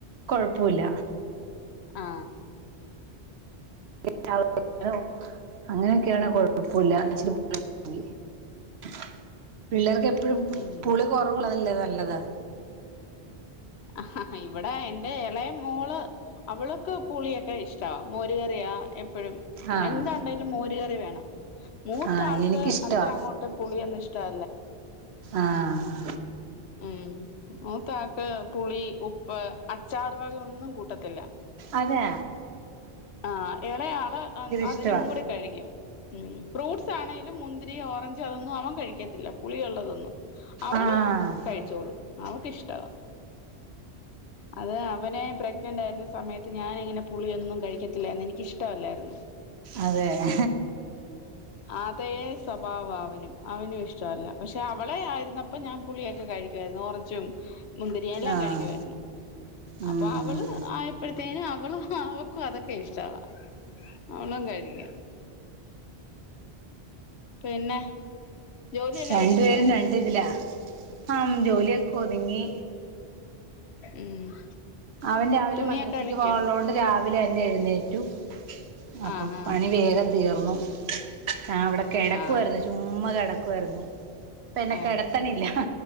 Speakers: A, on the right; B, on the left.
A: കുഴപ്പമല്ല
B: ആ
A: <unintelligible> അങ്ങനെ <unintelligible> എപ്പഴും
B: ഉം
A: പുളി കുറവുള്ളതല്ലേ നല്ലത് <inaudible>
B: ആ ഇവിടെ എന്റെ ഇളയ മോള് അവള്ക്ക് പുളിയൊക്കെ ഇഷ്ടവാ മോരുകറിയാ എപ്പോ ഴും
A: ആഹ്
B: എന്താണ്ടെിലും മോര കറി വേണം മൂത്ത
A: ആഹ്
B: ആൾക്ക്
A: എനിക്കിഷ്ടവാ
B: അത്ര അങ്ങോട്ട് പുളിയന്നഷ <unintelligible>
A: ആഹ്
B: ഉം ത്ത ആ പുളി ഉപ്പ് അച്ചാറു വക ഒന്നും കൂട്ടത്തില്ല
A: അതെ
B: ആ ഇളയാള് അതിനും
A: ഇഷ്ടവാ
B: കൂടി കഴിക്കും ഉം ഫ്രൂട്ട്സ് ആണെങ്കിലും മുന്തിരി ഓറഞ്ച് അതൊന്നും അവൻ കഴിക്കത്തില്ല പുളിയുള്ളതൊന്നും അവള്
A: ആഹ്
B: കഴിച്ചോളും അവക്ക് ഇഷ്ടവാ അത് അവനെ പ്രഗ്നന്റ് ആയിരുന്ന സമയത്ത് ഞാനങ്ങനെ പുളിയൊന്നും കഴിക്ക കഴിക്കത്തില്ലായിന്ന് എനിക്ക് ഇഷ്ടമല്ലായിരുന്നു
A: അതെയാ
B: അതേ സ്വഭാവം അവനും അവനും ഇഷ്ടമല്ല പക്ഷെ അവളെ ആരുന്നപ്പോ ഞാൻ പുളിയൊക്കെ കഴിക്കുവ ഓറഞ്ചും മുന്തിരി എല്ലാം
A: ആഹ്
B: കഴിക്കുമായിരുന്നു
A: ഉം
B: അപ്പൊ അവള് ആയപ്പോഴത്തേും അവള്ക്കും അതൊക്കെ ഇഷ്ടമാ അവളും കഴിക്കും പിന്നെ ജോലിയെല്ലാം
A: രണ്ടു
B: ഒതുങ്ങിയോ
A: പേരും രണ്ടിതില ആ ജോലിയൊക്കെ ഒതുങ്ങി
B: ഉം
A: അവൻ രാവിലെ
B: തുണിയൊക്കെ
A: മദ്രസക്ക്
B: അലക്കിയോ
A: പോകാനുള്ളത് കൊണ്ട് രാവിലെ തന്നെ എഴുന്നേറ്റു അപ്പൊ
B: ആഹ് ആഹ്
A: പണി വേഗം തീർന്നു ആ അവിടെ കിടക്കുയിരുന്നു
B: ആഹ്
A: ചുമ്മ കിടക്കുവായിരുന്നു അപ്പ എന്നെ
B: ആഹ്
A: കിടത്തണില്ല